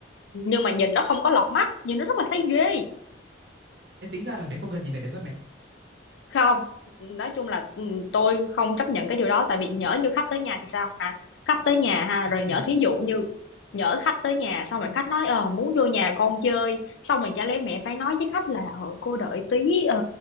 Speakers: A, on the left; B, on the right.
A: nhưng mà nhìn nó không có lọt mắt nhìn nó rất là thấy ghê
B: Ê, tính ra là mẹ không cần gì này đấy các mẹ
A: không nói chung là ừ, tôi không chấp nhận cái điều đó tại vì nhỡ như khách tới nhà thì sao hả khách tới nhà ha
B: dạ
A: rồi
B: thì
A: nhỡ thí dụ như nhỡ khách tới nhà xong rồi khách nói ờ muốn vô nhà con chơi xong rồi chả lẽ mẹ phải nói với khách là ờ cô đợi tí ờ